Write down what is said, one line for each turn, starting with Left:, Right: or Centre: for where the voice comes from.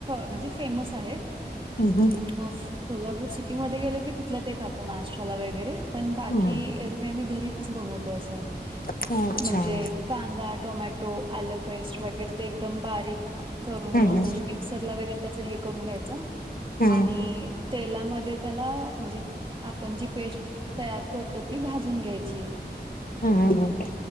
Right: म्हणजे फेमस आहेत.
Left: हम हम.
Right: अ, मग कोल्हापूर सिटीमध्ये गेलो की, तिथला ते खातो नाष्टाला वगैरे पण बाकी
Left: हम्म
Right: येर मग घरीच बनवतो असं,
Left: हम्म अच्छा
Right: म्हणजे कांदा टोमॅ टो आलं पेस्ट वगैरे ते एकदम बारीक. करून
Left: हम्म
Right: घेऊन म्हणजे, मिक्सरला वगैरे त्याचं हे करून घ्यायचं
Left: हम्म
Right: आणि, तेलामध्ये त्याला म्हणजे, आपण जी पेस्ट तयार करतो ती भाज जून घ्यायची.
Left: हम्म हम्म